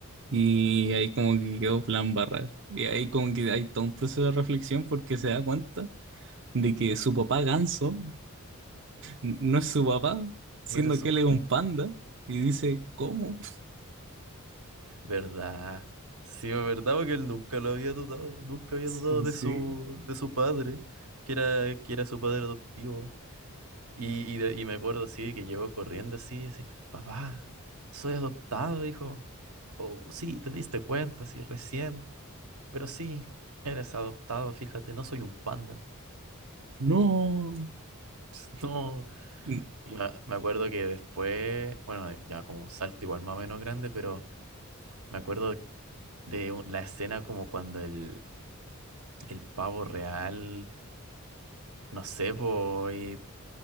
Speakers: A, on the right; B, on the right.
A: Y ahí como que quedó plan barra. Y ahí como que hay todo un proceso de reflexión porque se da cuenta de que su papá Ganso n- no es su papá,
B: <laughs>
A: siendo
B: No era su...
A: que él
B: <laughs>
A: es un panda. Y dice, ¿cómo? <laughs>
B: ¿Verdad? Sí, es verdad, porque él nunca lo había dudado, nunca había
A: Sí,
B: dudado de
A: sí.
B: su, de su padre, que era, que era su padre adoptivo. Y, y, de- y me acuerdo así, que llegó corriendo así, así, papá, soy adoptado, hijo. Oh, sí, te diste cuenta, sí, recién. Pero sí, eres adoptado, fíjate, no soy un panda.
A: No.
B: <laughs> No.
A: Mm,
B: Y me, me acuerdo que después, bueno, ya como un salto igual más o menos grande, pero me acuerdo de un- la escena como cuando el, el pavo real, no sé, po, y